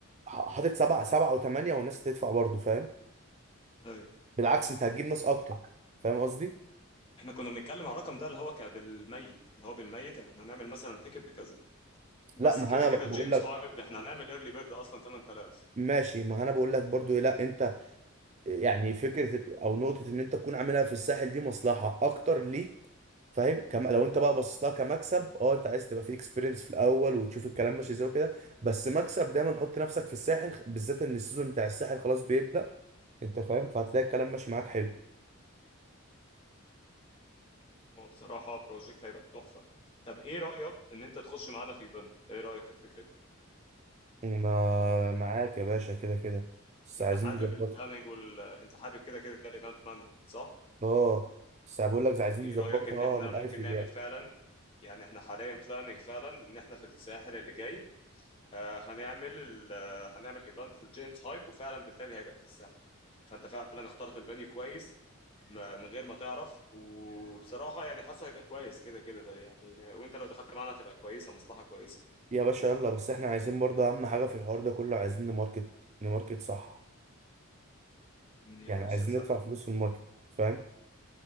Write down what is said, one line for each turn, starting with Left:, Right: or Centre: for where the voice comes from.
Right: ح- حاطط سبعة سبعة وثمانية والناس هتدفع برضه فاهم
Left: ايوه
Right: بالعكس انت هتجيب ناس اكتر فاهم قصدي
Left: احنا كنا بنتكلم على الرقم ده اللي هو ك- بالميت اللي هو بالميت احنا هنعمل مثلا تيكت بكذا بس
Right: لا ما
Left: كده كده
Right: انا بقول
Left: جيمس
Right: لك
Left: هايب ده احنا هنعمل ايرلي بيرد اصلا 8000
Right: ماشي ما انا بقول لك برضو إيه، لا انت يعني فكره او نقطه ان انت تكون عاملها في الساحل دي مصلحه اكتر ليك فاهم كم لو انت بقى بصيت لها كمكسب اه انت عايز تبقى في اكسبيرينس في الاول وتشوف الكلام ماشي ازاي وكده بس مكسب دايما حط نفسك في الساحل بالذات ان السيزون بتاع الساحل خلاص بيبدا انت فاهم فهتلاقي الكلام ماشي معاك حلو
Left: هو بصراحه بروجكت هيبقى تحفه طب ايه رايك ان انت تخش معانا في ايفنت ايه رايك في الفكره
Right: انا معاك يا باشا كده كده بس
Left: انت
Right: عايزين
Left: حابب
Right: نظبطها
Left: البلاننج وال... انت حابب كده كده الايفنت مانجمنت صح؟
Right: اه بس بقول لك عايزين
Left: طب ايه
Right: نظبطها
Left: رايك ان احنا
Right: من الالف
Left: ممكن
Right: للياء
Left: نعمل فعلا يعني احنا حاليا بلاننج فعلا ان احنا في الساحل اللي جاي آه هنعمل ال... آه، هنعمل ايفنت في الجيمس هايب وفعلا بالتالي هيبقى في الساحل فانت فعلا اخترت البانيو كويس ما- من غير ما تعرف وبصراحه يعني حاسه هيبقى كويس كده كده يعني وانت لو دخلت معانا هتبقى كويسه مصلحه كويسه
Right: يا باشا يلا بس احنا عايزين برضه اهم حاجه في الحوار ده كله عايزين نماركت نماركت صح
Left: يا
Right: يعني
Left: باشا
Right: عايزين
Left: سهل
Right: ندفع فلوس في الماركت فاهم